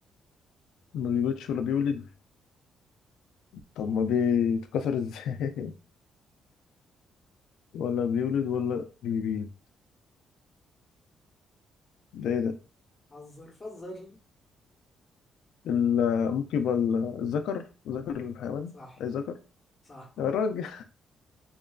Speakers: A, on the left; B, on the left.
A: ما بيولدش ولا بيولد طب ما بيتكسر ازاي <laughs> ولا بيولد ولا بيبيض ده ايه ده
B: حذر فذر <laughs>
A: ال- ممكن يبقى ال- الذكر ذكر الحيوان
B: صح
A: اي ذكر
B: صح
A: يا راجل